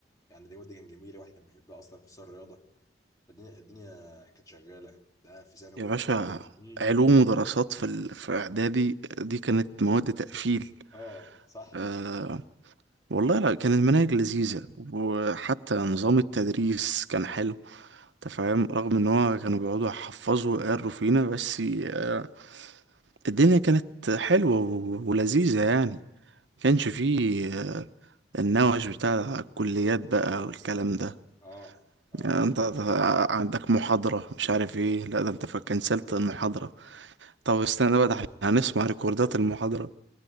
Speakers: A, on the left (about 20°); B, on the right (about 85°).
A: يعني دي المواد دي كانت جميله واحد كان بيحبها اصلا خصوصا الرياضه الدنيا الدنيا كانت شغاله ده في ثانوي
B: يا باشا
A: واعدادي امم
B: علوم ودراسات في ال... في اعدادي دي كانت مواد تقفيل
A: اه صح
B: آه والله لا كانت مناهج لذيذه وحتى نظام التدريس كان حلو انت فاهم رغم ان هو كانوا بيقعدوا يحفظوا ويقروا فينا بس آه، الدنيا كانت حلوة و- ولذيذة يعني ما كانش فيه آه، النوش بتاع الكليات بقى والكلام ده
A: اه اه
B: يعني انت عندك محاضرة مش عارف ايه لا ده انت ف- كنسلت المحاضرة طب استنى بقى ده احنا هنسمع ريكوردات المحاضرة